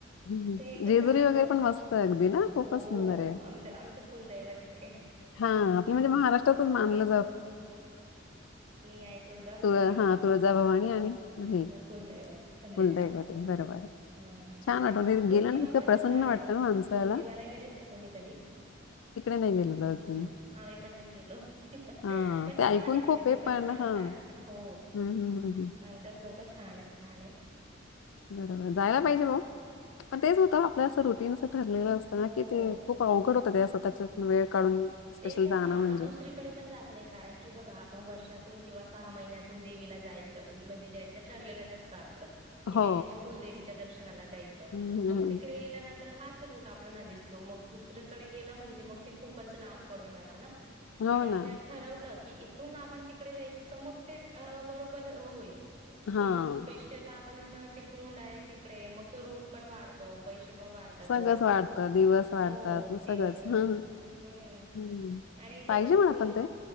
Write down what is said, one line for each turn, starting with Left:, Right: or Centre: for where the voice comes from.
Left: हम्म
Right: ते हे
Left: जेजुरी
Right: कसं आपण
Left: वगैरे पण मस्त आहे अगदी ना खूपच
Right: हो
Left: सुंदर आहे
Right: आमच आमच्या कुलदैव तथे
Left: हां, आपलं म्हणजे महाराष्ट्रातच मानलं
Right: आई तुळजा
Left: तुळ
Right: भवानी
Left: हा तुळ जाभवा कुलदैवते
Right: कुलदैवत खंडेराव
Left: बरोबर
Right: हम्म
Left: छान वाटवत
Right: ज्योतिबा
Left: गेलं ना इतकं
Right: पण
Left: प्रसन्न
Right: छान
Left: वाटण
Right: आहे मग
Left: मंसाला
Right: ज्योतिबाला गेलेत का तुम्ही कधी
Left: नाही गेलेलो अजून.
Right: नाही आम्ही पण नाही गेलो
Left: हां,
Right: पण
Left: ते ऐकून
Right: छान येत
Left: खूप
Right: तिथे
Left: आहे
Right: पण सांगतात
Left: हां.
Right: हो
Left: हं, हं, हं, हं.
Right: सांगतात लोक छान आहेत छान आहेत
Left: बरोबर जायला पाहिजे भाऊ म तेच होतं आपल्या रुट ठरलेलं असत
Right: हो
Left: ना की ते खूप अवघड होत त्या स्वतःच्या वेळ काढून स्पेशल
Right: ते कस
Left: जाणं
Right: आपण
Left: म्हणजे.
Right: दुसरीकडे पण जात नाही कारण की बघा आपण वर्षातून किंवा सहा महिन्यातून देवीला जायचं म्हणजे जायचं ठरलेलं जास्त
Left: हो.
Right: देच्या कुलदच्या दर्शनाला जाच
Left: हं, हं,
Right: मग
Left: हं.
Right: तिकडे गेल्यानंतर ह रूट आपल्याला दिसतो मग दुसरेकडे गेलं म्हणजे मग ते खूपच लांब पडून जातं ना
Left: हो
Right: आणि
Left: ना.
Right: जर ठरवलं की इथून आभण तिकडे जायचं तर मग ते बरोबर होईल
Left: हां.
Right: पण मग स्पेशल आपण तिकडून डायरेक्ट तिकडे मग तो रूट पण वाढतो पै पण वाढतात
Left: सगळंच
Right: वरून
Left: वाढतं दिवस वाढतात
Right: हो
Left: मग
Right: दिवस
Left: सगळंच
Right: वाढतातम्
Left: ह हम्म
Right: आणि
Left: पाहिजे
Right: ते कस
Left: म्हणा
Right: पूज
Left: पण ते